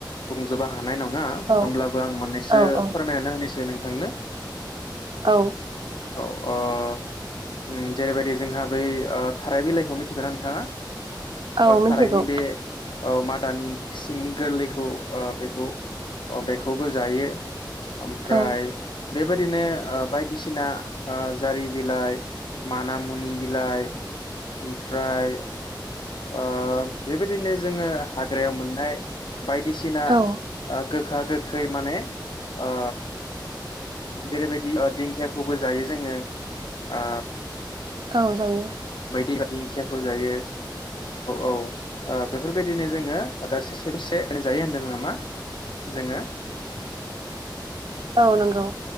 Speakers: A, on the left; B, on the right.
A: बुंजोबा हानाय नङा
B: औ
A: होमब्लाबो आं मोननैसो
B: औ औ
A: फोरमायनानै होनोसै नों थांनो
B: औ
A: औ ओ ओम जेरैबायदि जोंहा बै ओ थाराय बिलाइखौ मिथिगौ ना नोंथाङा?
B: औ
A: ओ थारायनि
B: मिथिगौ
A: बे औ मादानि सिंनि गोरलैखौ ओ बेखौ अ बेखौबो जायो ओमफ्राय
B: औ
A: बेबायदिनो ओ बायदिसिना ओ जारि बिलाइ माना मुनि बिलाइ ओमफ्राय ओ बेबायदिनो जोङो हाग्रायाव मोननाय बायदिसिना
B: औ
A: ओ गोखा गोखै माने ओ जेरैबायदि ओ दिंखियाखौबो जायो जोङो आ
B: औ जायो।
A: <unintelligible> दिंखियाखौ‌ जायो ओ बेफोरबायदिनो जोङो <unintelligible> जायो होनदों नामा जोङो?
B: औ नंगौ